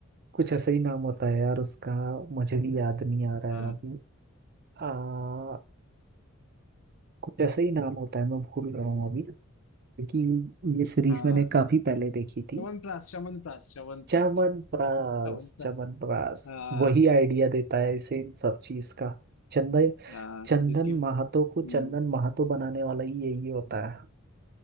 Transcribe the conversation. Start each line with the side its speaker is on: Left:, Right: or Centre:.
Right: कुछ ऐसा ही नाम होता है यार उसका मुझे भी याद नहीं आ रहा
Left: हाँ
Right: है आ, कुछ ऐसा ही नाम होता है मैं भूल रहा हूँ अभी क्योंकि ये सीरीज
Left: हाँ
Right: मैंने काफी पहले देखी थी
Left: च्यवनप्राश च्यवनप्राश च्यवनप्राश
Right: च्यवनप्राश
Left: च्यवनप्राश
Right: च्यवनप्राश
Left: हाँ
Right: वही आइडिया देता है इसे इन सब चीज का चंदन
Left: हाँ,
Right: चंदन
Left: जिसकी
Right: महातो को
Left: हम्म,
Right: चंदन महातो बनाने वाला ही यही होता है